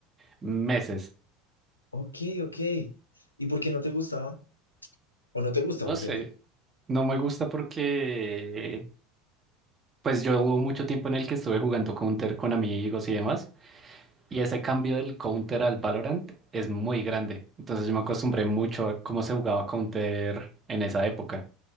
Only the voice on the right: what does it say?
meses.
No
sé,
no me gusta porque Pues yo hubo mucho tiempo en el que estuve jugando Counter con amigos y demás, y ese cambio del Counter al Valorant es muy grande. Entonces yo me acostumbré mucho a cómo se jugaba Counter en esa época.